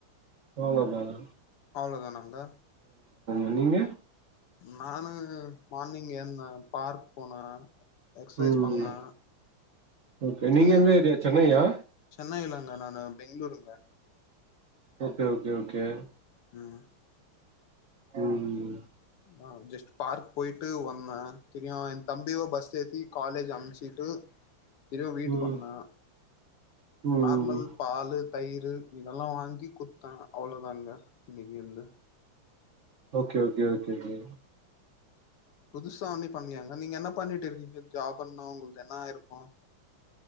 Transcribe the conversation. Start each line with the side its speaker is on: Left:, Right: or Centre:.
Right: அவ்ளோ தான்
Left: அவ்ளோதானாங்க
Right: என்னங்க
Left: நான்னு ம் மார்னிங் என்னா பார்க் போனா எக்சைஸ்
Right: ம்
Left: பண்ணி
Right: ஓகே
Left: செரியும்
Right: நீங்க எந்த ஏரியா சென்னையா
Left: சென்னைல அங்க நா நா பெங்களூருங்க
Right: ஓகே ஓகே ஓகே
Left: ம்
Right: ம்ம்
Left: ஆ ஜஸ்ட் பார்க் போயிட்டு வந்தேன் திரிபியும் என் தம்பிய பஸ் ஏத்தி காலேஜ் அனுப்ச்சுட்டு திரும்ப வீட்டுக்கு
Right: ம்
Left: வந்தான்
Right: ம்
Left: நார்மல் பால் தயிர் இதெல்லாம் வாங்கி குத்தான் அவ்ளோதாங்க எனக்கு எந்த
Right: ஓகே ஓகே ஓகே ஓகே
Left: புதுசா உண்ணி பண்ணாங்க நீங்க என்ன பண்ணிட்டு இருக்கீங்க ஜாபனா உங்கது என்ன இருக்கு